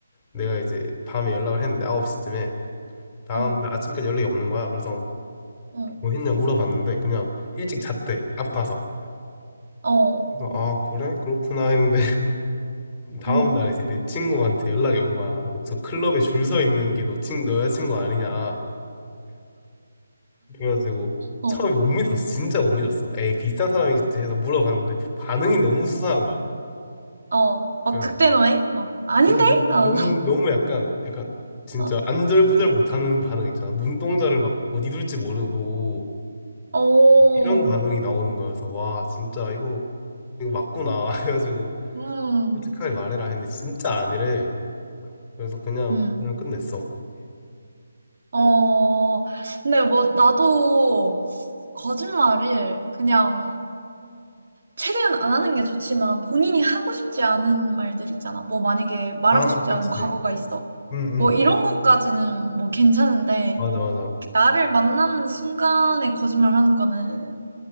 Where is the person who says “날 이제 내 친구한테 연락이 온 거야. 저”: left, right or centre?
Left